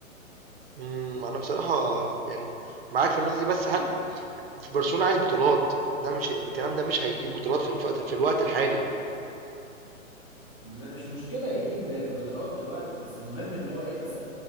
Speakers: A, on the right; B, on the left.
A: امم انا بصراحة يعني معاك في النقطة دي بس هل في برشلونة عايز بطولات ده مش الكلام ده مش هيجيب بطولات في الوقت في الوقت الحالي
B: م- مش مشكلة يجيب بطولات دلوقتي بس المهم ان هو ايه بس